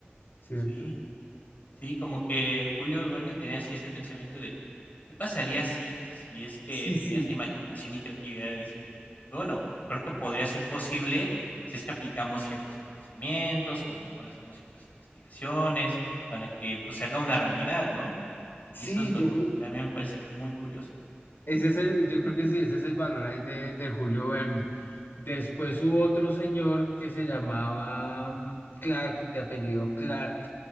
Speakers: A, on the left; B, on the left.
A: ¿cierto?
B: Sí, sí, como que Julio Verne tenía así ese pensamiento de que, ¿qué pasaría si? Y si es que
A: Sí,
B: tenía
A: sí,
B: esa imaginación y creatividad de decir, bueno, creo que podría ser posible si es que aplicamos ciertos conocimientos, a lo mejor hacemos ciertas investigaciones para que pues se haga una realidad, ¿no?
A: sí,
B: Y eso es lo
A: yo
B: que
A: creo.
B: también me parece muy curioso.
A: Ese es el, yo creo que sí, ese es el valor ahí de, de Julio Verne. Después hubo otro señor que se llamaba mm, Clark, de apellido Clark,